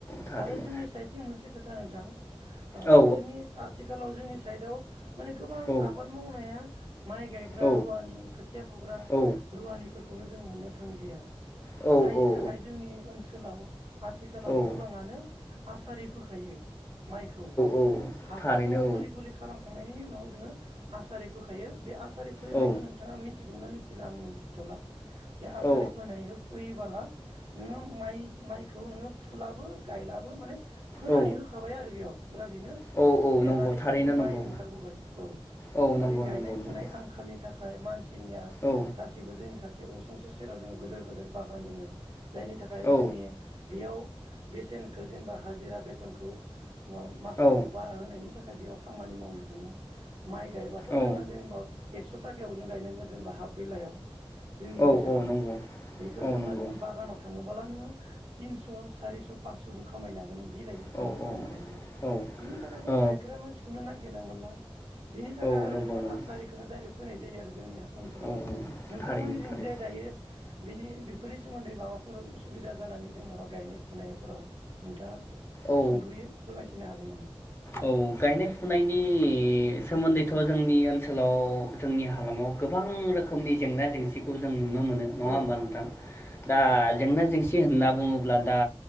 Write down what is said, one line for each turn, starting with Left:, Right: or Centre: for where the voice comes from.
Left: थारैनो
Right: आरो जोंनि साइतथिं मोनसे खोथा नों <inaudible> ओ
Left: औ
Right: जोंनि आथिखालाव जोंनिस साइदाव माने गोबां
Left: औ
Right: आबाद मावनाया माइ गायग्रा
Left: औ
Right: रुवानि खोथिया फुग्रा
Left: औ
Right: रुवानिफोरखौनो जों मोननो थांलिया।
Left: औ
Right: जायनि
Left: औ।
Right: थाखाय जोंनि ओनसोलाव आथिखालाव
Left: औ
Right: गोबाङानो आसरि फोखायो। माइखौ
Left: औ
Right: हाखो
Left: थारैनो
Right: जोङो गुलि गुलि खालामखांनायनि उनाव‌ जोङो आसरि फोखायो बे आस आसरि फोनायखौ
Left: औ
Right: नोंथाङा मिथिगौ ना मि थिला आं मोनथिथ'ला। बे आसरि
Left: औ
Right: फोनाय फैयोबाला नोङो माइ माइखौ नोङो फुलाबो गायलाबो माने फोनानै
Left: औ
Right: होखाबाय आरो बेयाव ओमफ्राय बेनो
Left: औ औ
Right: देरनानै
Left: नंगौ थारैनो
Right: बेनो
Left: नंगौ
Right: माइ ओंखारबोबाय औ
Left: औ
Right: माने
Left: नंगौ
Right: गायनाय
Left: नंगौ नंगौ
Right: फुनाय आंखालनि थाखाय फ्राय मानसि निया
Left: औ
Right: गासिबो जोंनि खाथि जे असुंसे सेराव जोङो गोदोर गोदोर बागान दोङो। जायनि थाखाय
Left: औ
Right: जोंनि बेयाव बेसेनखो जेनेबा हाजिरा बेथनखौ मन मासुलखौ
Left: औ
Right: बारा होनायनि थाखाय बेयाव खामानि मावनो थाङो। माइ गायबाथ'
Left: औ
Right: जोङो जेनेबा एकस थाखायावनो गायनांगोन जेनेबा हाफ बेलायाव। जोंनि
Left: औ
Right: ओनसोलाव
Left: औ नंगौ
Right: बेखौ
Left: औ
Right: जेनबा
Left: नंगौ
Right: नोङो थाङोबोला नोङो टिनस सारिस फाससबो खामायनो हागोन नों बिलाइ जेसांनो
Left: औ औ
Right: खानो हायो
Left: औ
Right: बिनि थाखाय जों
Left: औ
Right: गायग्रा मानसिखौनो ना बिरनो मोनला बिनि थाखाय
Left: औ
Right: आरो
Left: नंगौ
Right: जोङो
Left: नंगौ
Right: आसारिखोनो दाइरेक्ट फोनाय जायो आरो जोंनिया। ओनसोलाव
Left: औ
Right: आरो नोंथांमोनजिं
Left: थारैनो थारैनो
Right: जे दायो बिनि बेफोरिज सोमोन्दै माबाफोर उसुबिदा जानानै दों नामा गायनाय फुनायफोराव नोंथाङा
Left: औ
Right: सुंदयो फोरमायथिनो हागोन नामा।
Left: औ गायनाय फुनायनि सोमोन्दैथ' जोंनि ओनसोलाव जोंनि हालामाव गोबां रोखोमनि जेंना जेंसिखौ जों नुनो मोनो नङा
Right: औ
Left: होमबा नोंथां? दा जेंना जेंसि होनना बुङोब्ला दा